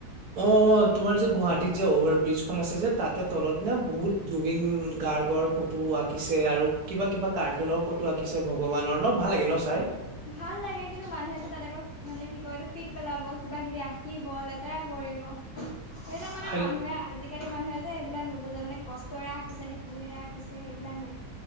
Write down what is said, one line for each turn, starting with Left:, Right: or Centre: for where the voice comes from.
Right: অ তোমাৰ যে গুৱাহাটীৰ যে অভাৰ ব্ৰিজখন আছে যে তাতে তলত নে বহুত জুবিন গ গাৰ্গৰ ফটো আঁকিছে আৰু কিবা কিবা কাৰ্টুনৰ ফটো আঁকিছে ভগৱানৰ ন ভাল লাগে ন চাই
Left: ভাল লাগে কিন্তু মানুহেতটো তাত আকৌ মানে কি কয় এইটো পিক পেলাব কিবা কিবি আঁকিব লেতেৰা কৰিব সেইবিলাক মানে
Right: সেই
Left: মানুহে আজি আজিকালি মানুহে যে এইবিলাক নুবুজে মানে কষ্টৰে আঁকিছে কিহৰে আঁকিছে সেইবিলাক নাই